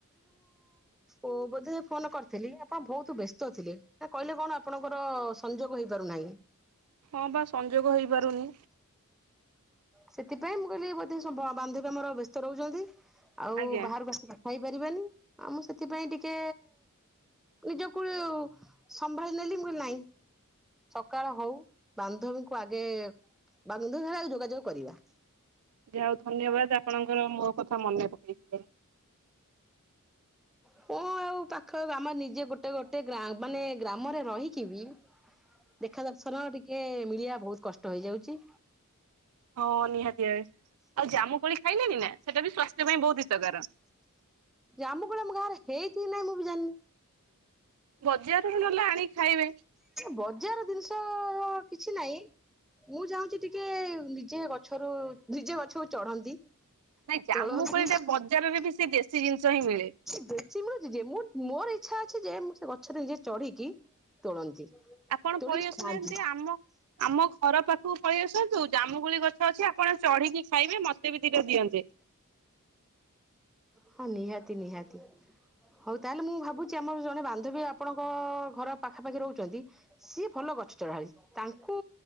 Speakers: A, in the centre; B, on the right (about 80°).
A: ଓ ବୋଧେ ଫୋନ କରିଥିଲି, ଆପଣ ବହୁତ ବ୍ୟସ୍ତ ଥିଲେ ନା କହିଲେ କଣ ଆପଣଙ୍କର ସଂଯୋଗ ହେଇପାର ନାହିଁ।
B: ହଁ ବା ସଂଯୋଗ ହେଇପାରୁନି।
A: ସେଥିପାଇଁ ମୁଁ କହିଲି ବୋଧେ ବାନ୍ଧବୀ ଆମର ବ୍ୟସ୍ତ ରହୁଛନ୍ତି। ଆଉ
B: ଆଜ୍ଞା
A: ବାହାରକୁ ଆସିି କଥା ହେଇପାରିବାନି, ଆଉ ମୁଁ ସେଥିପାଇଁ ଟିକେ ନିଜକୁ ସମ୍ଭାଳି ନେଲି ମୁଁ କହିଲି ନାଇଁ ସକାଳ ହଉ ବାନ୍ଧବୀଙ୍କୁ ଆଗେ ବାନ୍ଧବୀ ଯୋଗାଯୋଗ କରିବା।
B: ଯାହଉ ଧନ୍ୟବାଦ ଆପଣଙ୍କର ମୋ କଥା ମନେ ପକେଇଥିଲେ।
A: କଣ ଆଉ, ପାଖ ଆମର ନିଜେ ଗୋଟେ ଗୋଟେ ଗାଁ ମାନେ ଗ୍ରାମରେ ରହିକି ବି ଦେଖା ଦର୍ଶନ ଟିକେ ମିଳିବା ବହୁତ କଷ୍ଟ ହେଇଯାଉଛି।
B: ହଁ ନିହାତି ଭାବେ। ଆଉ ଜାମୁ କୋଳି ଖାଇଲେନି ନା ସେଟା ବି ସ୍ୱାସ୍ଥ୍ୟ ପାଇଁ ବହୁତ ହିତକାର।
A: ଜାମୁ କୋଳି ଆମ ଗାଁ ରେ ହେଇଚି କି ନାଇଁ ମୁଁ ବି ଜାଣିନି।
B: ବଜାରରୁ ନହେଲେ ଆଣିକି ଖାଇବେ।
A: ବଜାର ଜିନିଷ କିଛି ନାହିଁ। ମୁଁ ଚାହୁଁଚି ଟିକେ ନିଜେ ଗଛରୁ ନିଜେ ଗଛକୁ ଚଢନ୍ତି।
B: ନାଇଁ ଜାମୁ
A: ତୋଳନ୍ତି
B: କୋଳିଟା ବଜାରରେ ବି ସେ ଦେଶୀ ଜିନିଷ ହିଁ ମିଳେ।
A: ଦେଶୀ ମିଳୁଛି ଯେ, ମୋର ଇଚ୍ଛା ଅଛି ଯେ ମୁଁ ସେ ଗଛରେ ନିଜେ ଚଢିକି ତୋଳନ୍ତି।
B: ଆପଣ
A: ତୋଳିକି
B: ପଳେଇ ଆସୁନାହାନ୍ତି
A: ଖାଆନ୍ତି
B: ଆମ ଆମ ଘର ପାଖକୁ ପଳେଇ ଆସନ୍ତୁ। ଜାମୁକୋଳି ଗଛ ଅଛି ଆପଣ ଚଢିକି ଖାଇବେ ମତେ ବି ଦି ଟା ଦିଅନ୍ତେ। <inaudible>
A: ହଁ ନିହାତି ନିହାତି। ହଉ ତାହେଲେ ମୁଁ ଭାବୁଛି ଆମର ଜଣେ ବାନ୍ଧବୀ ଆପଣଙ୍କ ଘର ପାଖାପାଖି ରହୁଛନ୍ତି। ସିଏ ଭଲ ଗଛ ଚଢଳିତାଙ୍କୁ